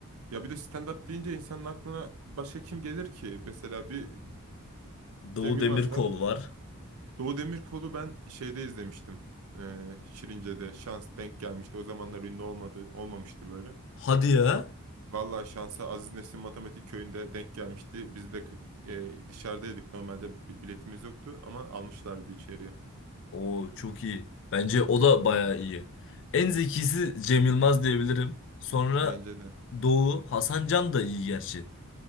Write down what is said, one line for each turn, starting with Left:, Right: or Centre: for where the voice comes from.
Right: Ya bir de stand-up deyince insanın aklına başka kim gelir ki? Mesela bir
Left: Doğu
Right: Cem Yılmaz
Left: Demirkol
Right: var.
Left: var.
Right: Doğu Demirkol'u ben şeyde izlemiştim. E, Şirince'de şans denk gelmişti. O zamanlar ünlü olmadı, olmamıştı böyle.
Left: Hadi ya.
Right: Vallahi şansa Aziz Nesin Matematik Köyü'nde denk gelmişti. Biz de e, dışarıdaydık. Normalde bi- biletimiz yoktu ama almışlardı içeriye.
Left: Oo çok iyi. Bence o da bayağı iyi. En zekisi Cem Yılmaz diyebilirim. Sonra
Right: Bence de.
Left: Doğu Hasan Can da iyi gerçi.